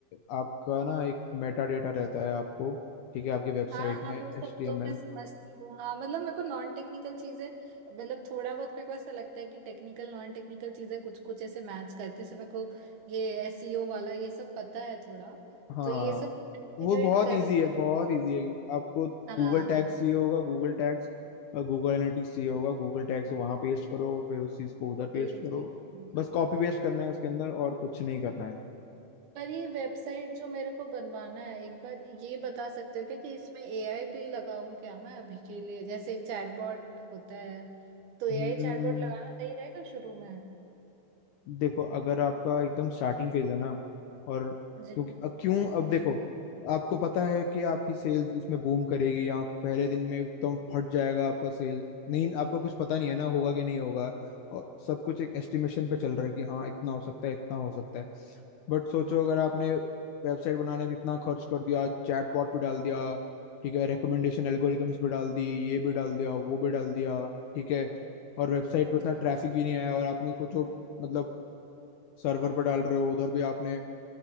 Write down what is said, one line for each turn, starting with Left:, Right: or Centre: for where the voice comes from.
Left: आपका ना एक मेटा डेटा रहता है आपको ठीक है आपकी वेबसाइट
Right: हाँ
Left: में
Right: हाँ वो सब
Left: एच टी एम
Right: तो
Left: एल
Right: मैं समझती हूँ हाँ मतलब मेरे को नॉन टेक्निकल चीजें मतलब थोड़ा बहुत मेरे को ऐसा लगता है कि टेक्निकल नॉन टेक्निकल चीजें कुछ कुछ ऐसे मैच करती है जैसे मेरे को ये एसईओ वाला ये सब पता है थोड़ा
Left: हाँ
Right: तो ये सब इंटीग्रेट
Left: वो बहुत
Right: कर
Left: इजी है बहुत इजी है आपको
Right: हाँ
Left: गूगल टैग्स चाहिए होगा गूगल टैग्स गूगल एनालिटिक्स चाहिए होगा गूगल टैग्स वहाँ पेस्ट करो फिर उस चीज़ को उधर
Right: जी
Left: पेस्ट करो
Right: जी जी
Left: बस कॉपी पेस्ट करना है उसके अंदर और कुछ नहीं करना है
Right: पर ये वेबसाइट जो मेरे को बनवाना है एक बार ये बता सकते हो क्या कि इसमें एआई भी लगाऊं क्या मैं अभी के लिए जैसे चैटबॉट होता है तो एआई
Left: हम्म
Right: चैटबॉट लगाना सही रहेगा शुरू में
Left: देखो अगर आपका एकदम स्टार्टिंग फेज है ना और
Right: जी
Left: क्योंकि अब क्यों अब देखो आपको पता है कि आपकी सेल्स इसमें बूम करेगी या पहले दिन में एकदम फट जाएगा आपका सेल नहीं आपको कुछ पता नहीं है ना होगा कि नहीं होगा और सब कुछ एक एस्टिमेशन पे चल रहा है कि हाँ इतना हो सकता है इतना हो सकता है बट सोचो अगर आपने वेबसाइट बनाने में इतना खर्च कर दिया चैटबॉट पे डाल दिया ठीक है रिकमेंडेशन एल्गोरिदम्स पे डाल दी ये भी डाल दिया वो भी डाल दिया ठीक है और वेबसाइट पे
Right: जी
Left: इतना ट्रैफिक भी नहीं आया और आपने सोचो मतलब सर्वर पे डाल रहे हो उधर भी आपने